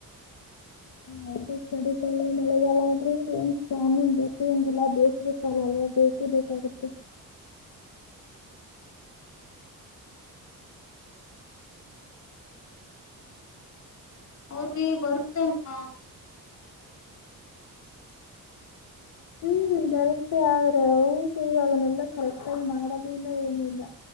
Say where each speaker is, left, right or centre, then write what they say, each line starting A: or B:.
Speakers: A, on the left; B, on the left.
A: ಯಾವ್ದು ಚಳಿಗಾಲ ಮಳೆಗಾಲ ಅಂದ್ರೆ ಏನ್ ಫ್ಯಾನಿನ್ ಬೇಕು ಹಂಗಿಲ್ಲ ಬೇಸಿಗೆ ಕಾಲ ಅಲ್ವಾ ಬೇಕೇ ಬೇಕಾಗುತ್ತೆ
B: ಅವ್ರ್ಗೆ ಬರುತೆ ಅಲ್ಲ್ವಾ <inaudible>
A: ಹು ಬರುಥೆ <inaudible> ಇನ್ನ ಯೇನು ಇಲ್ಲ